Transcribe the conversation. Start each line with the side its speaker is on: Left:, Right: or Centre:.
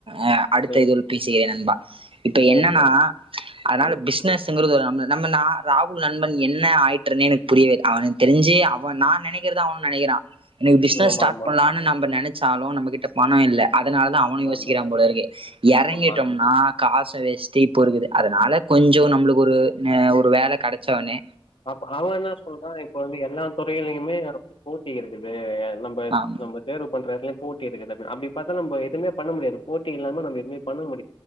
Right: அ அடுத்த
Left: சேரி
Right: இது உள் பேசுகிறேன் நண்பா இப்ப
Left: சேரி
Right: என்னான்னா அனால
Left: ம்
Right: பிஸ்னஸுங்க <unintelligible> நம்ம நா ராகுல் நண்பன் என்ன ஆயிற்றன்னே எனக் புரியவே இல்ல அவனுக்கு தெரிஞ்சி அவ நா நெனைக்கிறதா <unintelligible> நெனக்கிறா எனக்கு பிஸ்னஸ்
Left: ஆமா
Right: ஸ்டாட்
Left: ஆமா
Right: பண்லானு நம்ப நெனச்சாலு நம்பக் கிட்ட பணொ இல்ல அதுனால தா அவனு யோசிக்கிறா
Left: ஆமா
Right: போல இருக்கு எறங்கிட்டொம்னா
Left: ஆமா நண்பா.
Right: காஸ் வேஷ்டி இப்போ இருக்குது அதனால கொஞ்சொ நம்ளுக்கு ஒரு ஆ ஒரு வேல கடச்ச ஒன்னே
Left: அப்ப அவ என்னா சொல்றா இப்ப வந்து எல்லா தொறையிலையிமே ஒரு போட்டி இருக்குது நம்ப
Right: ஆமா
Left: நம்பத் தேர்வு பண்றல்ல போட்டி இருக்குது அது அப்டி பாத்தா நம்ப எதுமே பண்ண முடியாது போட்டி இல்லாம நம்ப எதுமே பண்ண மு